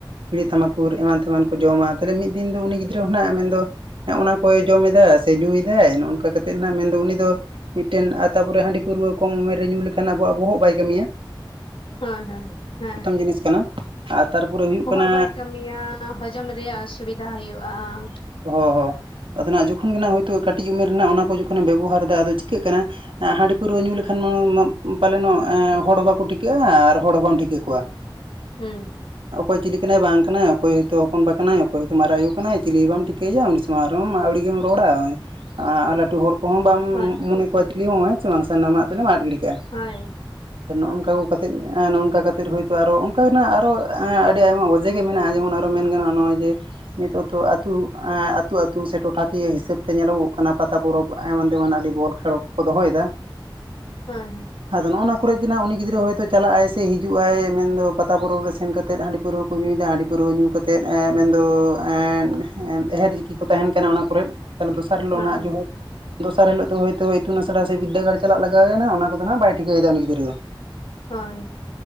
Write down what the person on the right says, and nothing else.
ᱵᱤᱲᱤ, ᱛᱟᱢᱵᱟᱠᱩᱨ, ᱮᱢᱟᱱ ᱛᱮᱢᱟᱱ ᱠᱚ ᱡᱚᱢᱟ ᱛᱟᱞᱦᱮ ᱢᱤᱫ ᱫᱤᱱ ᱫᱚ ᱩᱱᱤ ᱜᱤᱫᱽᱨᱟᱹ ᱦᱚᱸ ᱱᱟᱦᱟᱜ ᱢᱮᱱ ᱫᱚ ᱚᱱᱟ ᱠᱚᱭ ᱡᱚᱢ ᱮᱫᱟ ᱥᱮ ᱧᱩᱭᱮᱫᱟᱭ ᱱᱚᱜ ᱱᱚᱝᱠᱟ ᱠᱟᱛᱮᱫ ᱱᱟᱜ ᱢᱮᱱ ᱫᱚ ᱩᱱᱤ ᱫᱚ ᱢᱤᱫᱴᱮᱱ ᱟ ᱛᱟᱯᱚᱨᱮ ᱦᱟᱺᱰᱤ, ᱯᱟᱹᱨᱣᱟᱹ ᱠᱚᱢ ᱩᱢᱮᱨ ᱨᱮ ᱧᱩ ᱞᱮᱠᱷᱟᱱ ᱟᱵᱚᱣᱟᱜ ᱵᱚᱦᱚᱜ ᱵᱟᱭ ᱠᱟᱹᱢᱤᱭᱟ ᱾
ᱡᱤᱱᱤᱥ ᱠᱟᱱᱟ ᱟᱨ ᱛᱟᱨᱯᱚᱨᱮ ᱦᱩᱭᱩᱜ
ᱠᱟᱱᱟ
ᱦᱚ ᱦᱚ ᱟᱫᱚ ᱱᱟᱜ ᱡᱚᱠᱷᱚᱱ ᱜᱮ ᱱᱟᱜ ᱦᱳᱭᱛᱳ ᱠᱟᱹᱴᱤᱡ ᱩᱢᱮᱨ ᱨᱮᱱᱟᱜ ᱚᱱᱟ ᱠᱚ ᱡᱚᱠᱷᱚᱱᱮ ᱵᱮᱵᱚᱦᱟᱨ ᱫᱟ ᱟᱫᱚ ᱪᱤᱠᱟᱹᱜ ᱠᱟᱱᱟ ᱦᱟᱺᱰᱤ ᱯᱟᱹᱨᱣᱟᱹ ᱧᱩ ᱞᱮᱠᱷᱟᱱ ᱢᱟ ᱯᱟᱞᱮ ᱱᱚᱜ ᱮᱸ ᱦᱚᱲ ᱵᱟᱠᱚ ᱴᱷᱤᱠᱟᱹᱜᱼᱟ, ᱟᱨ ᱦᱚᱲ ᱦᱚᱸ ᱵᱟᱢ ᱴᱷᱤᱠᱟᱹ ᱠᱚᱣᱟ ᱾ <inaudible>
ᱚᱠᱚᱭ ᱪᱤᱞᱤ ᱠᱟᱱᱟᱭ ᱵᱟᱝ ᱠᱟᱱᱟᱭ ᱚᱠᱚᱭ ᱦᱚᱭᱛᱚ ᱦᱚᱯᱚᱱ ᱵᱟ ᱠᱟᱱᱟᱭ ᱚᱠᱚᱭ, ᱢᱟᱨᱟᱝ ᱟᱭᱩ ᱠᱟᱱᱟᱭ ᱪᱤᱞᱤ ᱦᱚᱸ ᱵᱟᱢ ᱴᱷᱤᱠᱟᱹᱭᱟ ᱩᱱᱤ ᱥᱟᱢᱟᱝ ᱨᱮᱦᱚ ᱟᱹᱣᱲᱤ ᱜᱮᱢ ᱨᱚᱲᱟ ᱟ ᱞᱟᱹᱴᱩ ᱦᱚᱲ ᱠᱚᱦᱚᱸ ᱵᱟᱢ
ᱢᱚᱱᱮ ᱠᱚᱣᱟ ᱪᱤᱞᱤ ᱦᱚᱸ ᱦᱮᱸ ᱥᱮ ᱵᱟᱝ ᱥᱟᱱᱟᱢᱟᱜ ᱛᱮᱱᱮᱢ ᱟᱫ ᱜᱤᱲᱤ ᱠᱟᱜᱼᱟ
ᱱᱚᱜ ᱱᱚᱝᱠᱟ ᱠᱚ ᱠᱟᱛᱮᱜ ᱮ ᱱᱚᱝᱠᱟ ᱠᱟᱛᱮᱫ ᱦᱳᱭᱛᱚ ᱟᱨᱚ ᱚᱱᱠᱟ ᱜᱮᱱᱟᱜ ᱟᱨᱚ ᱟᱹᱰᱤ ᱟᱭᱢᱟ ᱚᱡᱮ ᱜᱮ ᱢᱮᱱᱟᱜᱼᱟ ᱡᱮᱢᱚᱱ ᱟᱨᱚ ᱢᱮᱱ ᱜᱟᱱᱚᱜᱼᱟ ᱱᱚᱜᱼᱚᱭ ᱡᱮ ᱱᱤᱛᱚᱜ ᱛᱚ ᱟᱹᱛᱩ ᱟᱹᱛᱩ ᱟᱹᱛᱩ ᱥᱮ ᱴᱚᱴᱷᱟ ᱠᱤᱭᱟᱹ ᱦᱤᱥᱟᱹᱵ ᱛᱮ ᱧᱮᱞᱚᱜᱚᱜ ᱠᱟᱱᱟ ᱯᱟᱛᱟ, ᱯᱚᱨᱚᱵᱽ ᱮᱢᱟᱱ ᱛᱮᱢᱟᱱ ᱟᱹᱰᱤ ᱵᱚᱞ ᱠᱷᱮᱞᱚᱜᱚᱜ ᱠᱚ ᱫᱚᱦᱚᱭᱫᱟ
ᱟᱫᱚ ᱱᱚᱜ ᱱᱚᱣᱟ ᱠᱚᱨᱮ ᱡᱮᱱᱟᱜ ᱩᱱᱤ ᱜᱤᱫᱽᱨᱟᱹ ᱦᱳᱭᱛᱳ ᱪᱟᱞᱟᱜ ᱟᱭ ᱥᱮ ᱦᱤᱡᱩᱜ ᱟᱭ ᱢᱮᱱᱫᱚ ᱯᱟᱛᱟ, ᱯᱚᱨᱚᱵᱽ ᱨᱮ ᱥᱮᱱ ᱠᱟᱛᱮᱫ ᱦᱟᱸᱲᱤ ᱯᱟᱹᱣᱨᱟᱹ ᱠᱚ ᱧᱩᱭᱮᱫᱟ ᱦᱟᱺᱰᱤ ᱯᱟᱹᱣᱨᱟᱹ ᱧᱩ ᱠᱟᱛᱮ ᱮᱛᱮᱫ ᱮᱸ ᱢᱮᱱᱫᱚ ᱮᱸ ᱮᱦᱮᱨ ᱡᱤᱠᱤ ᱠᱚ ᱛᱟᱸᱦᱮᱱ ᱠᱟᱱᱟ ᱚᱱᱟ ᱠᱚᱨᱮᱫ ᱛᱟᱦᱚᱞᱮ ᱫᱚᱥᱟᱨ ᱦᱤᱞᱚᱜ
ᱱᱟᱜ ᱡᱚᱦᱚᱭ ᱫᱚᱥᱟᱨ ᱦᱤᱞᱳᱜ ᱫᱚ ᱦᱳᱭᱛᱳ ᱤᱛᱩᱱ ᱟᱥᱲᱟ ᱥᱮ ᱵᱤᱫᱽᱫᱟᱹᱜᱟᱲ ᱪᱟᱞᱟᱜ ᱞᱟᱜᱟᱣ ᱱᱟᱜ ᱚᱱᱟ ᱠᱚᱫᱚ ᱱᱟᱸᱜ ᱵᱟᱭ ᱴᱷᱤᱠᱟᱹᱭᱮᱫᱟ ᱩᱱᱤ ᱜᱤᱫᱨᱟᱹ ᱫᱚ ᱾ <inaudible>